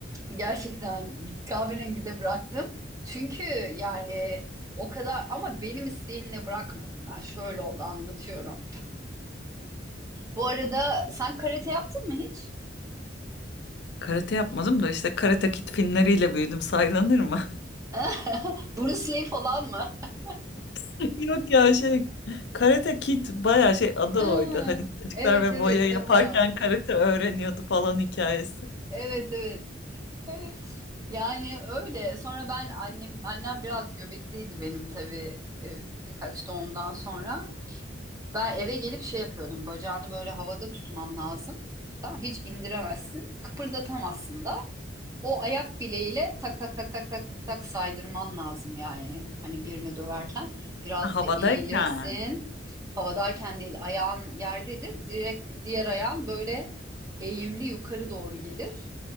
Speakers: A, on the right; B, on the left.
A: Gerçekten kahverengi de bıraktım. Çünkü yani o kadar ama benim isteğimle bırakmadım ben. Şöyle oldu anlatıyorum. Bu arada sen karate yaptın mı hiç?
B: Karate yapmadım da işte Karate Kid filmleriyle büyüdüm saylanır mı?
A: <laughs> Bruce Lee falan mı? <laughs>
B: <laughs> Yok ya şey Karate Kid bayağı şey adı
A: Ha,
B: oydu. Hani çocuklar
A: Evet
B: ve
A: evet
B: boya
A: tamam.
B: yaparken karate öğreniyordu falan hikayesi.
A: Evet evet. <laughs> Yani öyle. Sonra ben annem annem biraz göbekliydi benim tabii e, birkaç doğumdan sonra. Ben eve gelip şey yapıyordum. Bacağını böyle havada tutman lazım. Tamam hiç indiremezsin. Kıpırdatamazsın da. O ayak bileğiyle tak tak tak tak tak tak tak saydırman lazım yani. Hani birini döverken biraz
B: Ha, Havadayken
A: da eğilirsin. Havadayken değil ayağın yerdedir. Direkt diğer ayağın böyle eğimli yukarı doğru gelir.